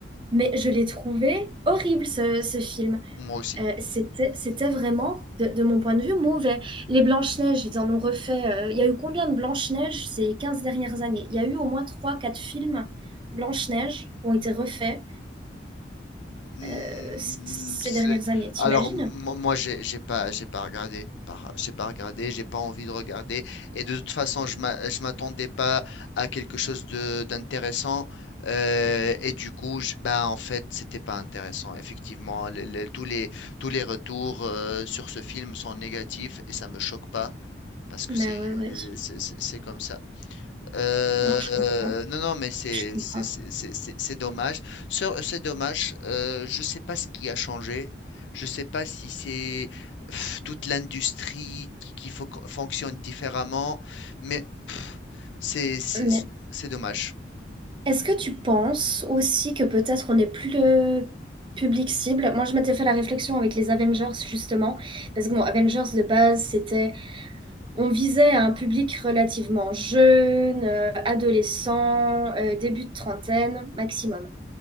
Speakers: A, on the right; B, on the left.
A: Mais je l'ai trouvé horrible, ce ce film.
B: moi aussi.
A: Euh, c'était, c'était vraiment, de, de mon point de vue, mauvais. Les Blanches-Neiges, ils en ont refait. euh, Il y a eu combien de Blanches-Neiges ces 15 dernières années? Il y a eu au moins trois quatre films Blanche-Neige qui ont été refaits
B: Hmm,
A: euh, c- ces
B: c'est-
A: dernières années, t'imagines?
B: Alors mo- moi j'ai j'ai pas j'ai pas regardé par- j'ai pas regardé j'ai pas envie de regarder et de toute façon je m'a- je m'attendais pas à quelque chose de d'intéressant euh, et du coup je- bah en fait c'était pas intéressant effectivement Les- les- tous les tous les retours euh, sur ce film sont négatifs et ça me choque pas parce que
A: Bah
B: c'est
A: ouais, ouais.
B: c'est c'est- c'est comme ça euh,
A: Non, je comprends,
B: non, non, mais c'est
A: je comprends.
B: c'est c'est- c'est- c'est- c'est dommage. Sur- C'est dommage. euh, je sais pas ce qui a changé. Je sais pas si c'est pff, toute l'industrie qui, qui fo- fonctionne différemment, mais c'est c'est
A: Mais
B: c'est dommage.
A: est-ce que tu penses aussi que peut-être on n'est plus le public cible? Moi, je m'étais fait la réflexion avec les Avengers, justement, parce que bon, Avengers de base, c'était On visait à un public relativement jeune, euh, adolescent, euh, début de trentaine maximum.